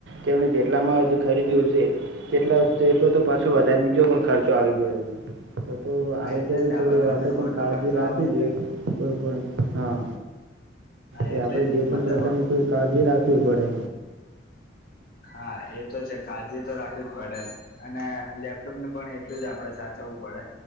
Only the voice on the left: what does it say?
હા
એટલે
જ
ને
હવે મધરબોર્ડ
નો
ખર્ચો
આવે એટલે
હા
એટલે
જ
મધરબોર્ડ
હા એ તો છે કાળજી તો રાખવી જ પડે. અને લેપટોપને પણ એટલું જ આપડે સાચવવું પડે.